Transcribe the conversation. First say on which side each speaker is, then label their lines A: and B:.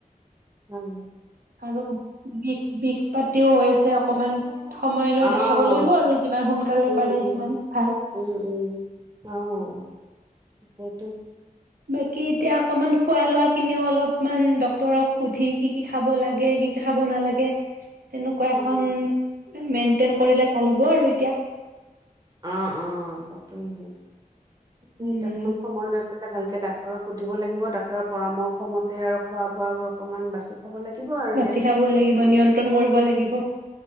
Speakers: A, on the right; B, on the right.
A: উম
B: আৰু বিষ বিষ পাতিও হৈ আছে অকমান সময় লৈ
A: অ',
B: দেখাব লাগিব আৰু যিমান সোনকালে
A: উম,
B: পাৰে
A: উম,
B: সিমান ভাল।
A: উম, উম। অ', সেইটো
B: বাকী এতিয়া অকণমান খোৱা লোৱা খিনিও অল অলপমান ডক্তৰক সুধি কি কি খাব লাগে কি কি খাব নালাগে। তেনেকুৱা
A: উম।
B: এখন মেইনটেইন কৰিলে ভাল হ'ব। হব আৰু এতিয়া।
A: অ অ থাইং কিউ
B: উম
A: সময় লৈ এটা ডাল ডাক্তৰক সুধিব লাগিব ডাক্তৰক পৰামৰ্শ মতে আৰু খোৱা বোৱা বোৰ অকণমান বাছি খাব লাগিব আৰু
B: বাচি
A: এতিয়া
B: খাব লাগিব নিয়ন্ত্ৰণ কৰিব লাগিব